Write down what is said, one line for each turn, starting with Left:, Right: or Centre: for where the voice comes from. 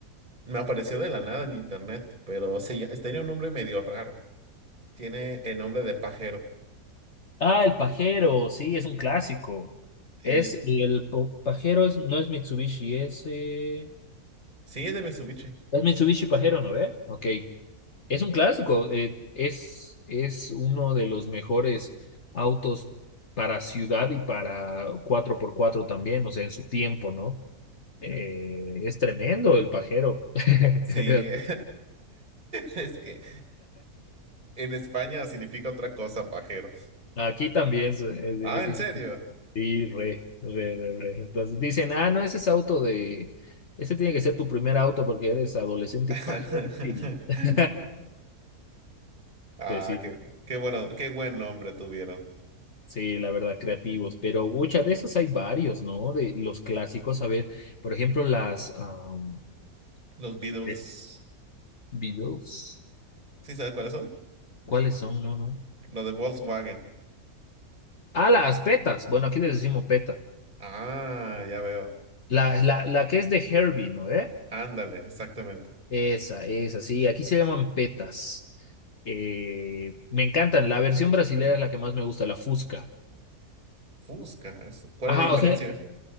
Right: Me apareció de la nada en internet, pero se ll- tenía un nombre medio raro. Tiene el nombre de pajero.
Left: Ah, el pajero, sí, es un clásico.
Right: Hey,
Left: Es el po- pajero, es, no es Mitsubishi, es, eh,
Right: sí, es de Mitsubishi.
Left: es Mitsubishi pajero, ¿no ve? Ok. Es un clásico, eh, es, es uno de los mejores autos para ciudad y para cuatro por cuatro también, o sea, en su tiempo, ¿no? Eh, es tremendo el pajero. <laughs>
Right: Sí, <laughs> es que en España significa otra cosa, pajero.
Left: Aquí también se- eh, significa
Right: Ah, ¿en serio?
Left: sí, re, re, re, re. Entonces dicen, ah, no, ese es auto de, ese tiene que ser tu primer auto porque eres adolescente
Right: <laughs>
Left: y pajero. Y... <laughs>
Right: Ah,
Left: Pues sí,
Right: qué, qué bueno, qué buen nombre tuvieron.
Left: Sí, la verdad, creativos, pero muchas de esos hay varios, ¿no? De los clásicos, a ver, por ejemplo, las am,
Right: Los Beatles.
Left: Pe- Beatles,
Right: ¿Sí sabes cuáles son?
Left: ¿cuáles son? No, no.
Right: Los de Volkswagen.
Left: Ah, las petas, bueno, aquí les decimos peta.
Right: Ah, ya veo.
Left: La, la, la que es de Herbie, ¿no? ¿Eh?
Right: Ándale, exactamente.
Left: Esa, esa, sí, aquí se llaman petas. Eh, me encantan, la versión brasilera es la que más me gusta, la Fusca.
Right: Fusca. es- ¿Cuál
Left: Ajá,
Right: es la diferencia?
Left: o sea,